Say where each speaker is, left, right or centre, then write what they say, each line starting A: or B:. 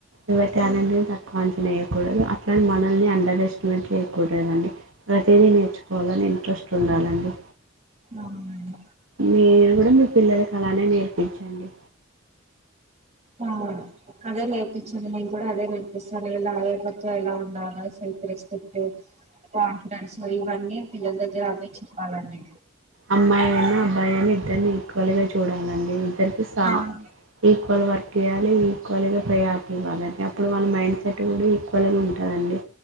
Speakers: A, on the right; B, on the right.
A: ఎవరి టాలెంట్ ని తక్కువ అంచనా వయకూడదు అట్లా మనల్ని అండర్ ఎస్టిమేట్ చేయకూడదండి ప్రతిదీ నేర్చుకోవాలని ఇంట్రెస్ట్ ఉండాలండి
B: అవునండి
A: మీరు కూడా మీ పిల్లలలకు అలానే నేర్పించండి
B: ఆ అదే నేర్పించింది నేను కూడా అదే నేర్పిస్తాను ఎలా ఎవతో ఎలా ఉండాల రెస్పెక్ట్ ఆ డాన్స్ లో ఇవ్వడి పిల్లల దగ్గర అదే చెప్పాలండి
A: అమ్మాయి అయిన అబ్బాయి అయిన ఇద్దరిని ఎక్వల్గా చూడాలండి నెర్పిస్తా
B: అవును
A: ఈక్వల్ వర్క్ ఇవ్వాలి ఈక్వల్గా ప్రయారిటీ ఇవ్వాలండి అప్పుడు వాళ్ళ మైండ్ సెట్ కూడా ఈక్వల్గా ఉంటుందండి